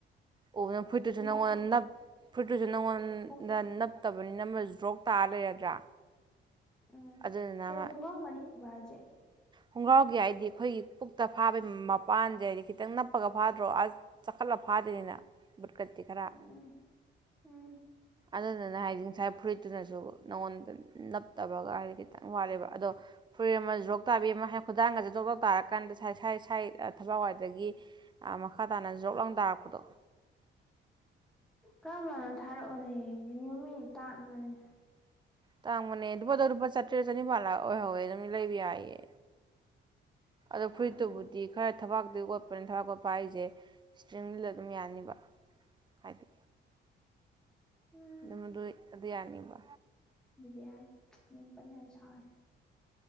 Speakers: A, on the right; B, in the centre.
A: ꯑꯣꯕꯅ ꯐꯨꯔꯤꯠꯇꯨꯁꯨ
B: ꯈꯣꯡꯒ꯭ꯔꯥꯎ
A: ꯅꯉꯣꯟ
B: ꯃꯔꯤ
A: ꯅꯞ ꯐꯨꯔꯤꯠꯇꯨ ꯁꯨ ꯅꯉꯣꯟ
B: ꯈꯣꯡ
A: ꯅ ꯅꯞꯇꯕꯅꯤꯅ ꯃꯁꯨ ꯗ꯭ꯔꯣꯛ ꯇꯥꯔ ꯂꯩꯔꯗ꯭ꯔꯥ
B: ꯎꯝ
A: ꯑꯗꯨꯗꯨꯅ
B: ꯀꯩꯅꯣ
A: ꯃꯥ
B: ꯈꯨꯡꯒ꯭ꯔꯥꯎ ꯃꯔꯤꯕ ꯍꯥꯏꯁꯦ
A: ꯈꯣꯡꯒ꯭ꯔꯥꯎꯒꯤ ꯍꯥꯏꯗꯤ ꯑꯩꯈꯣꯏꯒꯤ ꯄꯨꯛꯇ ꯐꯥꯕꯒꯤ ꯃꯄꯥꯟꯁꯦ ꯍꯥꯏꯗꯤ ꯈꯤꯇꯪ ꯅꯞꯄꯒ ꯐꯥꯗ꯭ꯔꯣ ꯑ ꯆꯈꯠꯂ ꯐꯥꯗꯦꯅꯤꯅ <unintelligible> ꯈꯔ
B: ꯎꯝ ꯎꯝ
A: ꯑꯗꯨꯗꯨꯅ ꯍꯥꯏꯗꯤ ꯉꯁꯥꯏ ꯐꯨꯔꯤꯠꯇꯨꯅꯁꯨ ꯅꯪꯉꯣꯟꯗ ꯅꯞꯇꯕꯒ ꯍꯥꯏꯗꯤ ꯈꯤꯇꯪ ꯋꯥꯠꯂꯦꯕ ꯑꯗꯣ ꯐꯨꯔꯤꯠ ꯑꯃ ꯣꯛ ꯇꯥꯕꯤ ꯈꯨꯗꯥꯡꯒꯁꯦ ꯖꯣꯛ ꯖꯣꯛ ꯇꯥꯔꯀꯥꯟꯗ ꯏꯁꯥꯏ ꯁꯥꯏ ꯊꯕꯛꯋꯥꯏꯗꯒꯤ ꯃꯈ ꯃꯈꯥ ꯇꯥꯅ ꯖꯣꯞ ꯂꯥꯡ ꯇꯥꯔꯛꯄꯗꯣ
B: ꯀꯔꯝꯕꯅꯣ ꯊꯥꯔꯛꯑꯣꯅꯦ ꯌꯦꯡꯒꯦ ꯃꯤ ꯇꯥꯡꯕꯅꯦ
A: ꯇꯥꯡꯕꯅꯦ ꯑꯗꯨ ꯆꯇ꯭ꯔꯦꯠ ꯆꯅꯤꯄꯥꯟꯂꯥ ꯑꯣꯏꯍꯧꯋꯦ ꯑꯗꯨ ꯂꯩꯕꯤ ꯌꯥꯌꯦ
B: ꯑꯁ
A: ꯑꯗꯣ
B: ꯇꯥꯡꯉꯦ
A: ꯐꯨꯔꯤꯠꯇꯕꯨꯗꯤ ꯈꯔ ꯊꯕꯥꯛꯇꯨ ꯀꯣꯠꯄꯅꯤ ꯊꯕꯥꯛ ꯀꯣꯠꯄ ꯍꯥꯏꯁꯦ ꯏꯁꯇ꯭ꯔꯤꯡ ꯂꯤꯠꯂ ꯑꯗꯨꯝ ꯌꯥꯅꯤꯕ ꯍꯥꯏꯗꯤ
B: ꯎꯝ
A: ꯑꯗꯨꯃ ꯑꯗꯨꯣꯏ ꯑꯗꯨ ꯌꯥꯅꯤꯕ
B: ꯄꯤꯌꯥꯖ ꯃꯤꯡ ꯄꯟ ꯌꯥꯗꯦ ꯁꯥꯎ